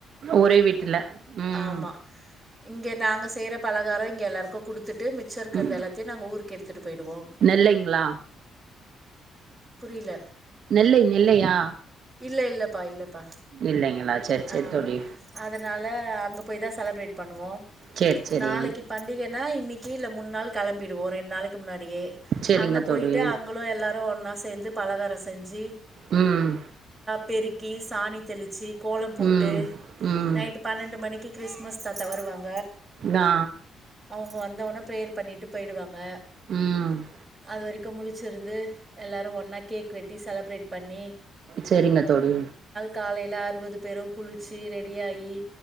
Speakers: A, on the right (about 60°); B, on the right (about 15°).
A: ஒரே வீட்ல உம்.
B: ஆமா இங்க நாங்க செய்ற பலகாரொ இங்க எல்லார்க்கு குடுத் த்துட்டு மிச்ச இருக்குறது,
A: ம்
B: எல்லாத்தையு நாங்க ஊருக்கு எடுத்துட்டு போய்டுவோ
A: நெல்லைங்களா
B: புரில
A: நெல்லை நெல்லையா
B: இல்ல இல்லப்பா இல்ல ப்பா,
A: நெல்லைங்களா செரி செரி
B: அ
A: தோழி
B: அதனால அங்க போய் தா செலப்ரேட் பண்ணுவோ
A: செரி செரி
B: நாளக்கி பண்டிகனா இன்னிக்கி இல்ல மூண் நாள் களம்பிட் ஓ ரெண் நாளக்கு முன்னாடியே
A: செரிங்க
B: அங்க போயிட்டு
A: தோழி
B: அங்களு எல்லாரு ஒன்னா சேர்ந்து பலகாரஸ் தஞ்சி
A: ம்
B: பெரி கி சாணி தெளிச்சி கோல போட்டு
A: ம் ம்
B: நைட்டு பன்னண்டு மணிக்கி கிறிஸ்மஸ் தாத்தா வருவாங்
A: நா
B: ஒ வந்தவன ப்ரேயர் பண்ணிட்டு பெய்டுவாங்க
A: ம்
B: அது வரிக்கு முளிச்சிருந்து எல்லாரு ஒன்னா கேக் வெட் டி செலப்ரேட் பண்ணி
A: செரிங்க தோழி
B: காலைல அறுவது பேரு குளுச்சி ரெடி ஆயி